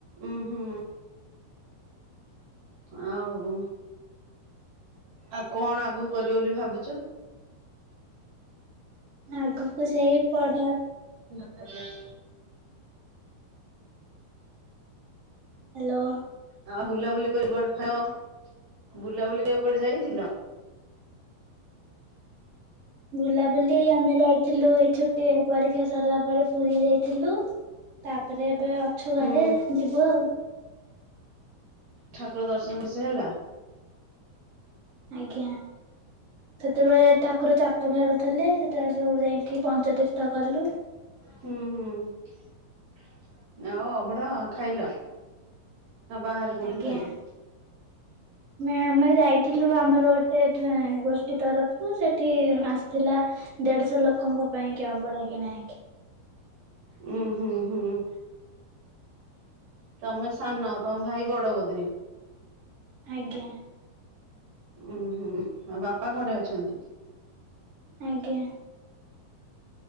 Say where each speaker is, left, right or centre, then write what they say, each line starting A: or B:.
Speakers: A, on the right; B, on the right.
A: ଉଁ ହୁଁ। ଆଉ ଆଉ କଣ ଆଗକୁ କରିବ ବୋଲି ଭାବୁଚ?
B: ଆଗକୁ ସେଇ ପଢା
A: ନା <unintelligible> ହୁଁ
B: ହ୍ୟାଲୋ
A: ଆ ଆଉ ବୁଲାବୁଲି <unintelligible> ବୁଲାବୁଲି କରି କୁଆଡେ ଯାଇଥିଲ।
B: ବୁଲାବୁଲି ଟି ଆମେ ଯାଇଥିଲୁ ଏଇ ଛୁଟି ଏଇ ପରୀକ୍ଷା ସରିଲା ପରେ ପୁରୀ ଯାଇଥିଲୁ ତାପରେ ଏବେ ଅଛୁ ଘରେ
A: ହୁଁ
B: ଯିବୁ ଆଉ।
A: ଠାକୁର ଦର୍ଶନ ବ ସେ ହେଲା?
B: ଆଜ୍ଞା ସେତ ଯେତେବେଳେ ଠାକୁର ଚାପ ଖେଳୁଥିଲେ ସେତେବେଳେ ସବୁ ଯାଇକି ପଞ୍ଚତୀର୍ଥ କଲୁ।
A: ହୁଁ ହୁଁ ଆଉ ଅବଢା ଖାଇଲ? ନା ବାହାରେ କୋଉଠି
B: ଆଜ୍ଞା।
A: ଖାଇଲୁ?
B: ଆମେ ଯାଇଥିଲୁ ଆମର ଗୋଟେ ତେ ଗୋଷ୍ଠୀ ତରଫରୁ ସେଠି ଆସିଥିଲା ଦେଢଶହ ଲୋକଙ୍କ ପାଇଁ ଙ୍କି ଅବଢା କିଣାହେଇକି।
A: ଉୁଁ ହୁଁ ହୁଁ। ତମେ ସାନ ତମ ଭାଇ ବଡ ବୋଧେ?
B: ଆଜ୍ଞା।
A: ଉୁଁ ହୁଁ ଆଉ ବାପା ଘରେ ଅଛନ୍ତି?
B: ଆଜ୍ଞା।